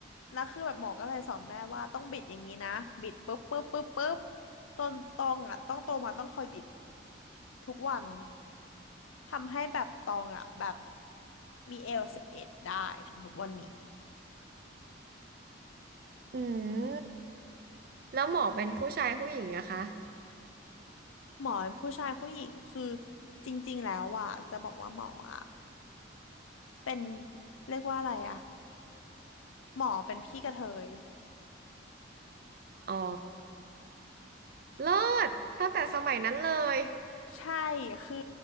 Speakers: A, on the left; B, on the right.
A: แล้วคือแบบหมอก็เลยสอนแม่ว่าต้องบิดอย่างนี้นะบิดปุ๊บปุ๊บปุ๊บปุ๊บจนตองอ่ะต้องโตมาต้องคอยบิดทุกวันทำให้แบบตองอ่ะแบบมีเอลสิบเอ็ดได้ถึงทุกวันนี้
B: อืมแล้วหมอเป็นผู้ชายผู้หญิงอะคะ
A: หมอผู้ชายผู้หญิงคือจริงๆแล้วอ่ะจะบอกว่าหมออ่ะเป็นเรียกว่าอะไรอ่ะหมอเป็นพี่กระเทย
B: อ๋อเลิศตั้งแต่สมัยนั้นเลย
A: ใช่คือ